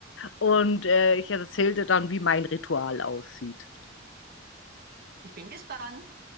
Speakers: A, on the left; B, on the right.
A: Und äh, ich erzähle dir dann, wie mein Ritual aussieht.
B: Ich bin gespannt.